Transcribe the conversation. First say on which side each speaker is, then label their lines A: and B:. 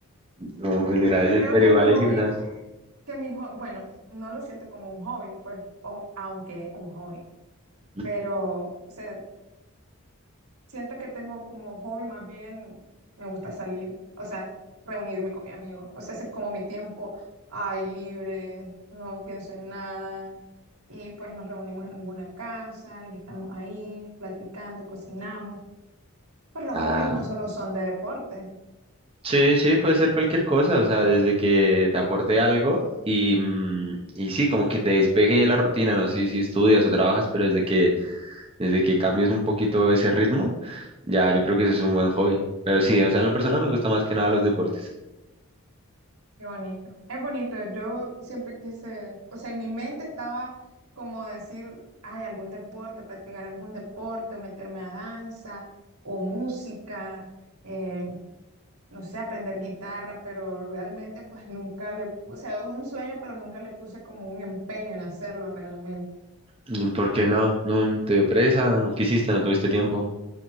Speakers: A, on the right; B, on the right.
A: No, pues gracias,
B: Creo
A: pero
B: que
A: igual
B: mi hobby,
A: el gimnasio.
B: que mi ho- bueno, no lo siento como un hobby, pues, o- aunque es un hobby,
A: ¿sí?
B: pero, o sea, siento que tengo como hobby más bien, me gusta salir, o sea, reunirme con mi amigo, o sea, ese es como mi tiempo, ay, libre, no pienso en nada y pues nos reunimos en alguna casa y estamos ahí platicando, cocinamos. Pues los
A: Ah,
B: hobbies no solo son de deporte.
A: sí, sí, puede ser cualquier cosa, o sea, desde que te aporte algo y, mm, y sí, como que te despeje de la rutina, no sé si estudias o trabajas, pero desde que, desde que cambies un poquito ese ritmo, ya yo creo que ese es un buen hobby. Pero sí, o sea, en lo personal me gusta más que nada los deportes.
B: Qué bonito. Es bonito. Yo siempre quise, o sea, en mi mente estaba como decir, ay, algún deporte, practicar algún deporte, o meterme a danza o música, eh, no sé, aprender guitarra, pero realmente pues nunca le, o sea, un sueño, pero nunca le puse como un empeño en hacerlo realmente.
A: Mm, ¿Por qué no? ¿No te dio presa? ¿No quisiste? ¿No tuviste tiempo?